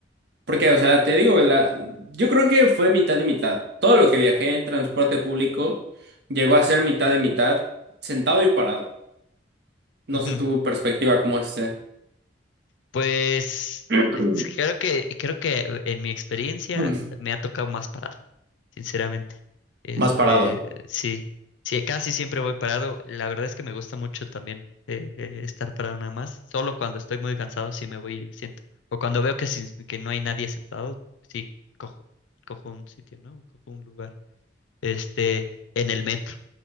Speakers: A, on the right (about 60°); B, on the left (about 85°).
A: Porque, o sea, te digo, la, yo creo que fue mitad y mitad. Todo lo que viajé en transporte público llegó a ser mitad y mitad, sentado y parado. No
B: Ujú.
A: sé tu perspectiva cómo esté.
B: Pues
A: <clears throat>
B: es- creo que, creo que en mi experiencia
A: Mm,
B: me ha tocado más parado, sinceramente. Este,
A: Más parado.
B: sí, sí, casi siempre voy parado. La verdad es que me gusta mucho también eh, eh, estar parado nada más. Solo cuando estoy muy cansado sí me voy y me siento. O cuando veo que, sin- que no hay nadie sentado, sí cojo, cojo un sitio, ¿no? Cojo un lugar. este, en el metro.